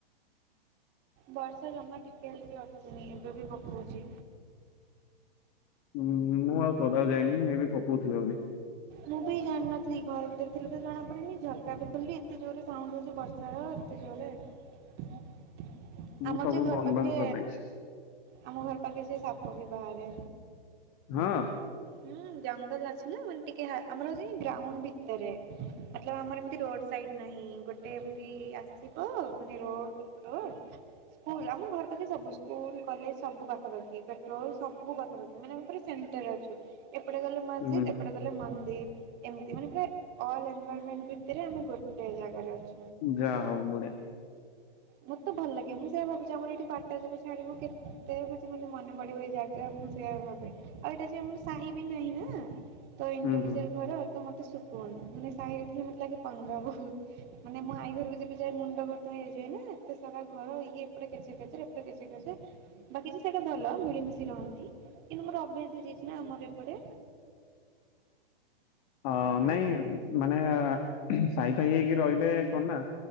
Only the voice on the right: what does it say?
ବର୍ଷା ଜମା ଟିକେ ହେଲେ ବି ଅଟକୁନି, ଏବେ ବି ପକଉଛି।
ମୁଁ ବି ଜାଣିନଥିଲି ଘର ଥିଲେ ତ ଜଣାପଡନି ଝରକା ବି ଖୋଲିଲି ଏତେ ଜୋରରେ ସାଉଣ୍ଡ ହୋ ଏ ବର୍ଷା ର ଏତେ ଜୋରେ ହେଲା।
ଆମର
ଯେ ଘର
ପାଖେ
ଆମ ଘର ପାଖେ ଯେ ସାପ ବି ବାହାରେ।
ହୁଁ ଜଙ୍ଗଲ ଅଛି ନା ମାନେ ଟିକେ ଆମର ମତଲବ୍ ଆମର ଏମତି ରୋଡ ସାଇଡ ନାହିଁ ଗୋଟେ ଏମତି ଆସିବ ମାନେ ରୋଡ଼ ରୋଡ୍। ସ୍କୁଲ ଆମ ଘର ପାଖେ ସବୁ ସ୍କୁଲ କଲେଜ ସବୁ ପାଖପାଖି ପେଟ୍ରୋଲ ସବୁ ପାଖପାଖି ମାନେ ଆମ ସେଣ୍ଟର୍ ରେ ଅଛୁ ଏପଟେ ଗଲେ ମସ୍ଜିଦ୍
ଏପଟେ ଗଲେ ମନ୍ଦିର। ଏମତି ମାନେ ଅଲଏନ୍ ଭାରମେଣ୍ଟ ଭିତରେ ଆମେ ଗୋଟେ ଜାଗାରେ ଅଛୁ।
ମତେ ଭଲ ଲାଗେ ମୁଁ ସେଇଆ ଭାବୁଛିି ଆମର ଏଇଠି କ୍ୱାଟର ଯୁ ଛାଡିବୁ କେତେ ମେ ମତେ ମନେ ପଡିବ ଏଇ ଜାଗା। ମୁଁ ସେଇଆ ଭାବେ ଆଉ ଏଇଟା ଯେ ଆମର ସାହି ବି ନାହିଁ ନା ତ ଇଣ୍ଡିଭିଜୁଆଲ୍
ଘର। ମତେ ଶକୁନ୍ ମାନେ ସାହିରେ ଥିଲେ ମତେ ଲାଗେ ପଙ୍ଗା ବହୁତ ମାନେ ମୁ ଆଈ ଘରକୁ ଯେବେ ଯାଏ ମୁଣ୍ଡ ଘର ତାହା ହେଇଯାଇଏ ନା ଏତେ ସାରା ଘର ଇଏ ଏପଟେ କେଚେକେଚେର ଏପଟେ କେଚେ କଚର ବାକିଛି ସେଇଟା ଭଲ। ମିଳି ମିଶି ରହନ୍ତି କିନ୍ତୁ ମୋର ଅଭ୍ୟାସ ହେଇଯାଇଛି ନା ଅମର ଏପଟେ।